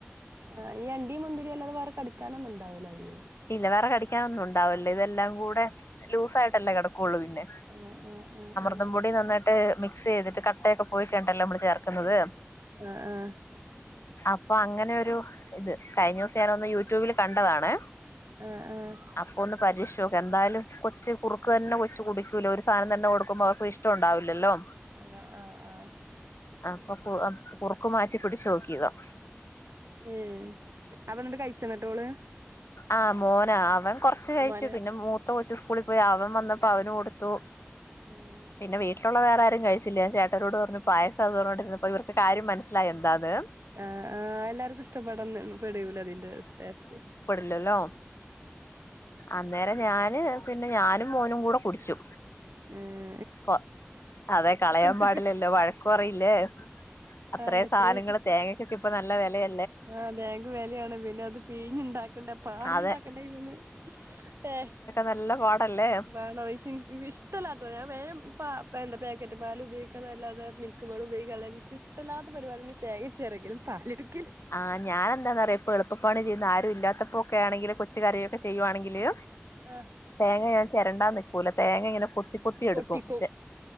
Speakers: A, on the right; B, on the left.
A: ആഹ് ഈഅണ്ടിം മുന്തിരിയും അല്ലാതെ വേറെ കടിക്കാനൊന്നുണ്ടാവില അയില്.
B: ഇല്ല വേറെ കടിക്കാനൊന്നുംണ്ടാവല്ല ഇതെല്ലാം കൂടെ ലൂസായിട്ടല്ലേ കെടക്കൊള്ളൂ പിന്നെ.
A: ആഹ് ആഹ് ആഹ് ആഹ്
B: അതുംപൊടി നന്നായ്ട്ട് മിക്സ്യ്തിട്ട് കട്ടയൊക്കെ പോയിക്കയ്ഞ്ഞ്ട്ടല്ലെ അമ്മള് ചേർക്കുന്നത്.
A: ആഹ് ആഹ്
B: അപ്പൊ അങ്ങനെ ഒരു ഇത് കഴിഞ്ഞോസം ഞാനൊന്ന് യൂട്യൂബിൽ കണ്ടതാണ്.
A: ആഹ് ആഹ്
B: അപ്പൊ ഒന്ന് പരീക്ഷോക്ക എന്തായാലും കൊച്ച് കുർക്കെന്നെ കൊച്ച് കുടിക്കൂല ഒര് സാനം തന്നെ കൊട്ക്കുമ്പോ അവൾക്കൊരിഷ് ട്ടം ഉണ്ടാവില്ലല്ലോ
A: അന്ന ആഹ് ആഹ്
B: അപ്പൊ പൊ അ കുറുക്ക് മാറ്റി പിടിച്ചോ നോക്കിയതാ
A: എഹ് അത് ന്ന്ട്ട് കഴിച്ചന്നിട്ടോള്
B: ആഹ് മോനാ അവൻ കൊർച്ച് കഴിച്ചു
A: മോനെ
B: പിന്നെ മൂത്ത കൊച്ച് സ്കൂളി പോയി അവൻ വന്നപ്പോ അവന് കൊട്ത്തു.
A: ഉം
B: പിന്നെ വീട്ടിലുള്ള വേറെ ആരും കഴിച്ചില്ല ചേട്ടരോട് പറഞ്ഞു പായസാന്ന് പറഞ്ഞോണ്ടിര്ന്നപ്പോ ഇവർക്ക് കാര്യം മനസ്സിലായി എന്താന്ന്.
A: ആഹ് ആഹ് എല്ലാർക്കും ഇഷ്ടപ്പെടംന്ന് പെട് ല ഇതിന്റെട്ടെസ്റ്റ്.
B: ഇല്ലല്ലോ അന്നേരം ഞാന് പിന്നെ ഞാനും മോനും കൂടെ കുടിച്ചു.
A: ഉം
B: കൊ അതെ കളയാൻ
A: എടുത്തിട്ട്
B: പാടില്ലല്ലോ വഴക്ക് പറയില്ലേ. അത്ര
A: ആണ് ഇത്രയും
B: സാധനങ്ങള് തേങ്ങക്കൊക്കെ ഇപ്പൊ ന്നല്ല വെലയ.
A: ആഹ് തേങ്ങക്ക് വെലയാണ് പിന്നെ അത് പീഞ്ഞുണ്ടാക്കണ്ടെ പാല്ണ്ടാക്കണ്ടെ
B: അതെ
A: ഇന്ന് ഏഹ്
B: നല്ലപാടല്ലേ
A: കാണോ ഇച് ഇൻകോ ഇഷ്ടല്ലാത്തെ ഞാൻ വേം പാ പെന്താ പേക്കറ്റ് പാല് ഉപയോഗിക്കാന്നാല്ലാതെ മിൽ ക്ക്മെയ്ഡ് ഉപോഗികല് ഇൻക്ക് ഇഷ്ട്ടലാത്ത പരിപാടിണ് ഈ തേങ്ങ ചേരകലും പാല്ട്ക്കലും.
B: ആഹ് ഞാനെന്താന്നറിയോ? പ്പെളുപ്പണി ചെയ്യുന്നആരും ഇല്ലാത്തപ്പോക്കെ ആണെങ്കില് കൊച്ച് കരയൊക്കെ ചെയ്യുവാണെങ്കില്.
A: ആഹ്
B: തേങ്ങ ഞാൻ ചെരണ്ടാൻ ന്നിക്കൂല തേങ്ങങ്ങനെ കൊത്തി കൊത്തിയെടുക്കും
A: പൊട്ടിക്കും
B: ചെ